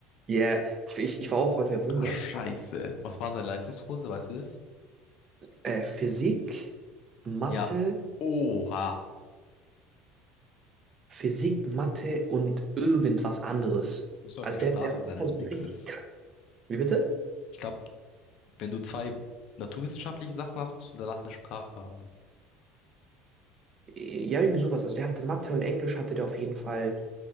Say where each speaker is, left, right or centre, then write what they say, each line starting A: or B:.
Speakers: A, on the right (about 35°); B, on the left (about 60°).
A: Ja, ich, ich war auch voll verwundert.
B: Ah, Scheiße. Was war seine Leistungskurse, weißt du das?
A: Äh, Physik, Mathe,
B: Ja. Oha.
A: Physik, Mathe und irgendwas anderes.
B: Muss, glaube
A: Also
B: ich, eine
A: der,
B: Sprache
A: der
B: sein
A: also
B: als nächstes.
A: richtig- wie bitte?
B: Ich glaube, wenn du zwei naturwissenschaftliche Sachen hast, musst du danach eine Sprache haben.
A: Ja, irgendwie sowas. Also der hatte Mathe und Englisch hatte der auf jeden Fall